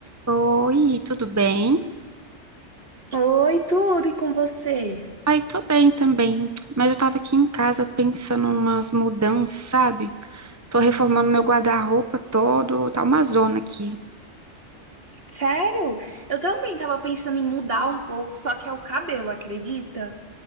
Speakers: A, on the right; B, on the right.
A: Oi, tudo bem?
B: Oi, tudo e com você?
A: Ai, tô bem também, mas eu tava aqui em casa pensando umas mudanças, sabe? Tô reformando meu guarda-roupa todo, tá uma zona aqui.
B: Sério? Eu também tava pensando em mudar um pouco, só que é o cabelo, acredita?